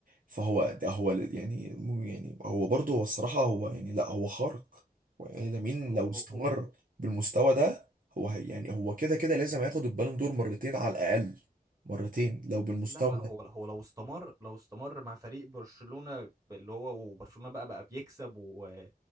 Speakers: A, on the right; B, on the right.
A: فهو ده هو ل- يعني مو- يعني هو برضه هو الصراحة هو يعني لا هو خارق هو يعني لامين
B: هو
A: لو
B: هو
A: استمر
B: هو
A: بالمستوى ده هو هي يعني هو كده كده لازم ياخد البالون دور مرتين على الأقل مرتين لو بالمستوى
B: لا لا
A: ده
B: هو هو لو استمر لو استمر مع فريق برشلونه اللي هو وبرشلونه بقى بقى بيكسب و...